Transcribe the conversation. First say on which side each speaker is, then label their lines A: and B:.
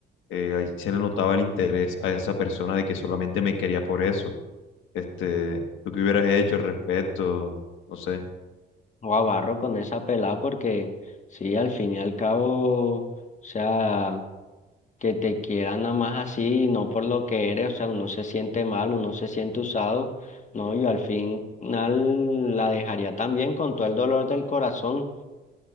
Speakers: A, on the left; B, on the left.
A: eh, ahí se le notaba el interés a esa persona de que solamente me quería por eso. Este, ¿tú qué hubieras hecho al respecto? No sé,
B: O abarro con esa pelada porque sí, al fin y al cabo, o sea, que te quieran nada más así, no por lo que eres, o sea, uno se siente mal, uno se siente usado. No, yo al final la dejaría también con todo el dolor del corazón.